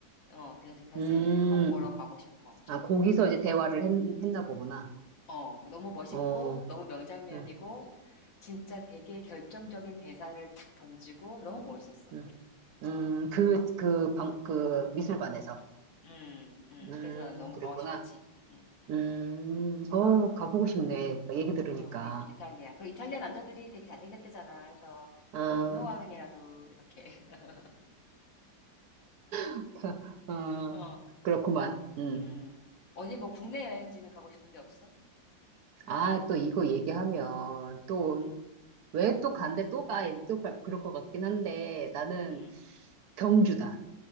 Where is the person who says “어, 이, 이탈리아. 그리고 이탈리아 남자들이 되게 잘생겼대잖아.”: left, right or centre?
Left